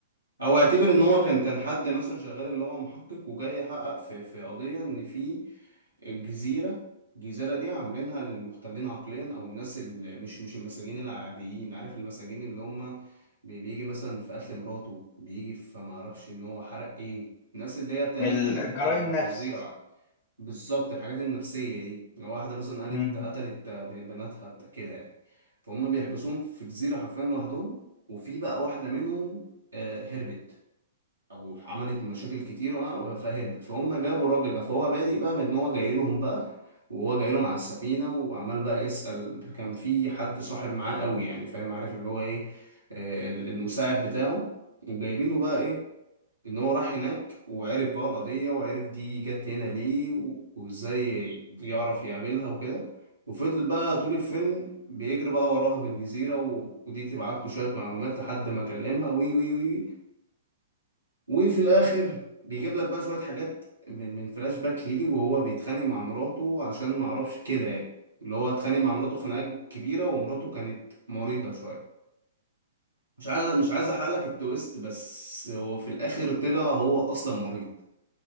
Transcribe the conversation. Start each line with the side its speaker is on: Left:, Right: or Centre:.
Right: او اعتبر ان هو كان كان حد مثلا شغال اللي هو محقق وجاي يحقق في في قضيه ان في جزيره الجزيره دي عاملينها للمختلين عقليا او الناس اللي مش مش المساجين العاديين عارف المساجين اللي هم بي- بيجي مثلا في قتل مراته بيجي في ما اعرفش ان هو حرق ايه الناس اللي هي بتعمل
Left: الجرائم
Right: حاجات آه، فظيعه
Left: نفس
Right: بالظبط الحاجات النفسيه دي لو واحده مثلا قالت
Left: امم
Right: قتلت آه، بناتها بتاع كده يعني فهم بيحبسوهم في جزيره حرفيا لوحدهم وفي بقى واحده منهم آه، هربت او عملت مشاكل كتير وه- فهربت فهم جابوا الراجل ده فهو بادئ بقى بان هو جاي لهم بقى وهو جاي لهم على السفينه وعمال بقى يسال كان في حد صاحب معاه قوي يعني فاهم عارف اللي هو ايه آه، ال- المساعد بتاعه وجايبينه بقى ايه ان هو راح هناك وعرف بقى القضيه وعرف دي جت هنا ليه و- وازاي يعرف يقابلها وكده وفضل بقى طول الفيلم بيجري بقى وراها في الجزيرة و... ودي تبعت له شوية معلومات لحد ما كلمها وي وي وي وي. وفي الاخر بيجيب لك بقى شويه حاجات من من فلاش باك ليه وهو بيتخانق مع مراته عشان ما اعرفش كده يعني اللي هو اتخانق مع مراته خناقه كبيره ومراته كانت مريضه شويه مش عايز مش عايز احرق لك التويست بس هو في الاخر طلع هو اصلا مريض